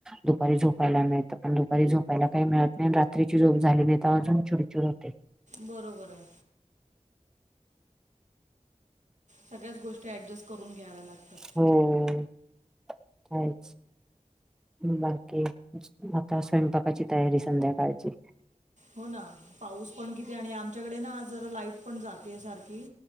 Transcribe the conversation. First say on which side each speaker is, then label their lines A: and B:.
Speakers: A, in the centre; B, on the right (about 60°).
A: दुपारी झोपायला मिळतं पण दुपारी झोपायला काही मिळत नाही रात्रीची झोप झाली नाही तर अजून चिडचिड होते.
B: बरोबर आहे. सगळ्याच गोष्टी ॲडजेस्ट करून घ्याव्या लागतात.
A: होम् कायच. बाकी आता स्वयंपाकाची तयारी संध्याकाळची.
B: हो ना पाऊस पण किती? आणि आमच्याकडे ना आ जरा लाईट पण जाते सारखी